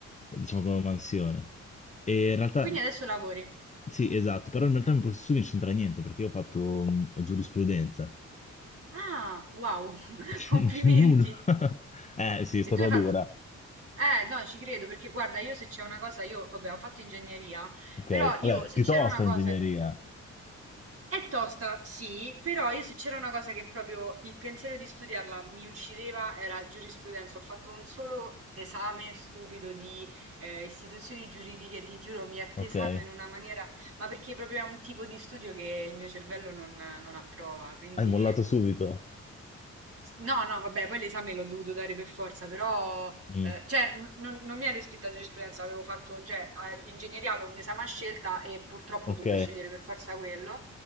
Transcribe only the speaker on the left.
diciamo, come mansione. E in realtà,
sì, esatto, però in realtà il mio processo non c'entra niente perché io ho fatto mh, giurisprudenza.
<laughs>
Nulla. <laughs> Eh, sì, è stata
dura.
Ok,
vabbè,
piuttosto
ingegneria,
ok? Hai
mollato subito.
Mm,
Ok.